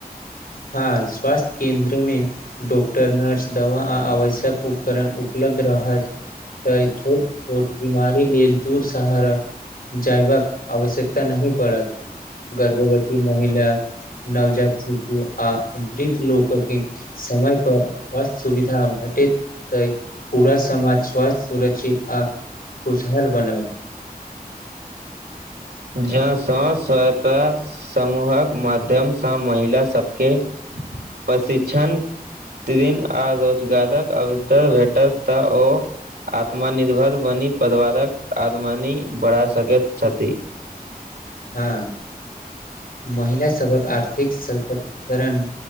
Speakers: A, on the left; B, on the right.
A: हँ स्वास्थ्य केन्द्र मे डॉक्टर नर्स दवा आ आवश्यक उपकरण उपलब्ध रहत तऽ एय छोट छोट बीमारी लेल दूर सहारा जायवक आवश्यकता नहि पड़त गर्भवती महिला नवजात शिशू आ वृद्ध लोकके समय पर स्वास्थ्य सुविधा भेटैत तऽ ई पूरा समाज स्वस्थ सुरक्षित आ खुशहाल बनल
B: जौ स्वेंग सहायता समूहक माध्यमसँ महिला सबके प्रशिक्षण प्रतीदिन आ रोजगारक अवसर भेटत तऽ ओ आत्मनिर्भर बनी परीवारक आमदनी बढ़ा सकैत छथि
A: हँ महिला सबहक आर्थिक संकट करण